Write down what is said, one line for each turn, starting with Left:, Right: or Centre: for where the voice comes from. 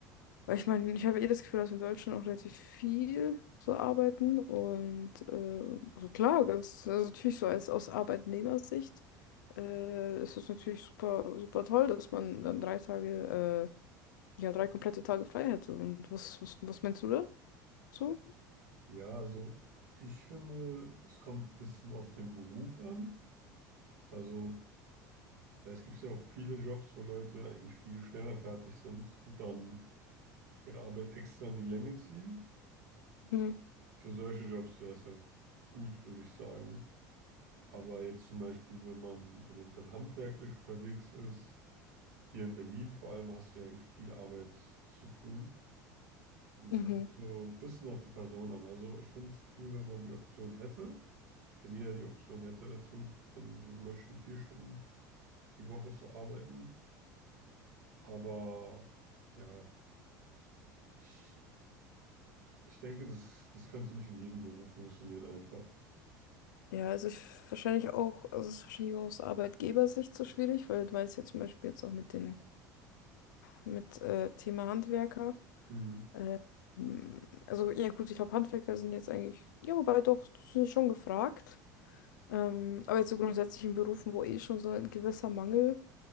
Left: weil ich meine, ich habe eh das Gefühl, dass wir in Deutschland auch relativ viel so arbeiten. Und äh, also klar, ganz, also natürlich so als aus Arbeitnehmersicht äh, ist es natürlich super, super toll, dass man dann drei Tage, äh, ja, drei komplette Tage frei hätte. Und was, was, was meinst du da? So?
Right: Ja, also ich finde, es kommt ein bisschen auf den Beruf an. Also, weil es gibt ja auch viele Jobs, wo Leute eigentlich viel schneller fertig sind und dann ihre Arbeit extra in die Länge ziehen.
Left: Mhm.
Right: Für solche Jobs wäre es halt gut, würde ich sagen. Aber jetzt zum Beispiel, wenn man eventuell handwerklich unterwegs ist, hier in Berlin vor allem hast du ja eigentlich viel Arbeit zu tun. Und
Left: Mhm.
Right: es kommt so ein bisschen auf die Person an. Also ich finde es cool, wenn man die Option hätte, wenn jeder die Option hätte dazu, wenn sie möchten, vier Stunden die Woche zu arbeiten. Aber ja, ich, ich denke, das, das könnte nicht in jedem Beruf funktionieren einfach.
Left: Ja, also ich wahrscheinlich auch, also es ist wahrscheinlich auch aus Arbeitgebersicht so schwierig, weil du meinst ja zum Beispiel jetzt auch mit den, mit äh, Thema Handwerker.
Right: Mhm.
Left: Äh, m, also ja gut, ich glaube Handwerker sind jetzt eigentlich, ja wobei doch, sind schon gefragt. Ähm, aber jetzt so grundsätzlich in Berufen, wo eh schon so ein gewisser Mangel